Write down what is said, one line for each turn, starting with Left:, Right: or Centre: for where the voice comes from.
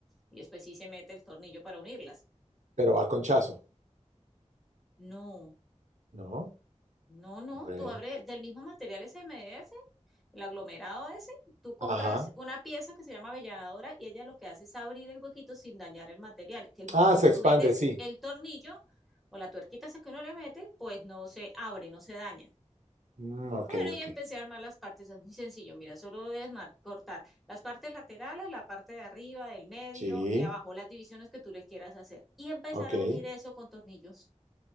Centre: y después sí se mete el tornillo para unirlas.
Right: pero va con chazo,
Centre: No,
Right: ¿no?
Centre: no, no,
Right: Bueno,
Centre: tú abres del mismo material SMF, el aglomerado ese, tú compras
Right: ajá.
Centre: una pieza que se llama avellanadora y ella lo que hace es abrir el huequito sin dañar el material, que el momento
Right: Ah, se
Centre: que
Right: expande,
Centre: tú metes
Right: sí.
Centre: el tornillo o la tuerquita esa que uno le mete, pues no se abre, no se daña.
Right: Mm, ok,
Centre: Bueno,
Right: ok.
Centre: y empecé a armar las partes, es muy sencillo, mira, solo debes mar- cortar las partes laterales, la parte de arriba, del medio
Right: Sí,
Centre: y abajo, las divisiones que tú le quieras hacer y empezar
Right: ok.
Centre: a unir eso con tornillos.